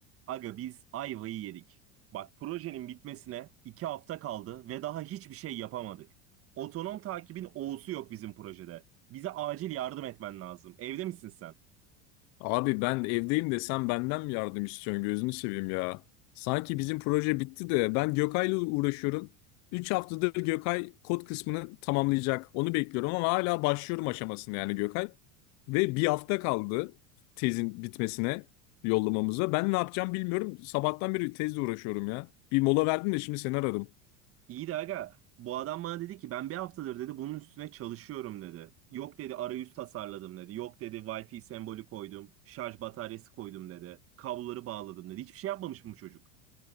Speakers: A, on the right; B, on the left.
A: Aga biz ayvayı yedik. Bak projenin bitmesine iki hafta kaldı ve daha hiçbir şey yapamadık. Otonom takibin O'su yok bizim projede. Bize acil yardım etmen lazım. Evde misin sen?
B: Abi ben evdeyim de sen benden mi yardım istiyorsun gözünü seveyim ya. Sanki bizim proje bitti de ben Gökay'la uğraşıyorum. üç haftadır Gökay kod kısmını tamamlayacak. Onu bekliyorum ama hala başlıyorum aşamasını yani Gökay. Ve bir hafta kaldı tezin bitmesine yollamamıza. Ben ne yapacağım bilmiyorum. Sabahtan beri tezle uğraşıyorum ya. Bir mola verdim de şimdi seni aradım.
A: İyi de aga bu adam bana dedi ki ben bir haftadır dedi bunun üstüne çalışıyorum dedi. Yok dedi arayüz tasarladım dedi. Yok dedi Wi-Fi sembolü koydum. Şarj bataryası koydum dedi. Kabloları bağladım dedi. Hiçbir şey yapmamış mı bu çocuk?